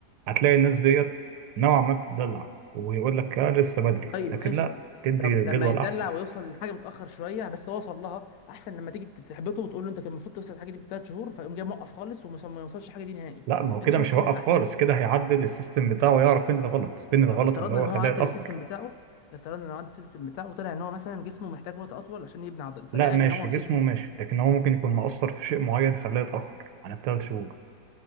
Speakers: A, on the right (about 85°); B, on the left (about 70°).
A: هتلاقي الناس ديت نوعا ما بتدلع ويقول لك آه لسه بدري
B: طيب
A: لكن
B: ماشي
A: لا تدي
B: طب لما
A: جدول
B: يتدلع
A: أحسن
B: ويوصل لحاجه متاخر شويه بس هو وصل لها احسن لما تيجي تحبطه وتقول له انت كان المفروض توصل الحاجه دي بثلاث شهور فيقوم جاي موقف خالص وما ما يوصلش الحاجه دي نهائي
A: لا ما هو كده
B: انت شايف
A: مش
B: ان
A: هيوقف
B: الاحسن
A: خالص كده هيعدل السيستم بتاعه يعرف فين الغلط فين الغلط
B: طب افترضنا
A: اللي هو
B: ان
A: خلاه
B: هو عدل
A: يتأخر
B: السيستم بتاعه افترضنا ان هو عدل السيستم بتاعه وطلع ان هو مثلا جسمه محتاج وقت اطول عشان يبني عضل فلقى
A: لا ماشي
B: ان هو
A: جسمه
B: جسمه
A: ماشي لكن هو ممكن يكون مقصر في شيء معين خلاه يتأخر عن الثلاث شهور